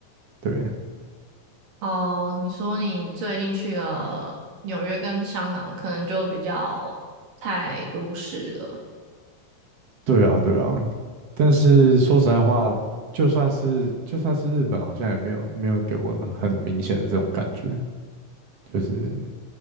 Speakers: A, on the right (about 50°); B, on the right (about 70°).
A: 对，
B: 哦，你说你最近去了纽约跟香港，可能就比较太都市了。
A: 对啊，对啊。但是说实在话，就算是就算是日本，好像也没有没有给我很明显的这种感觉，就是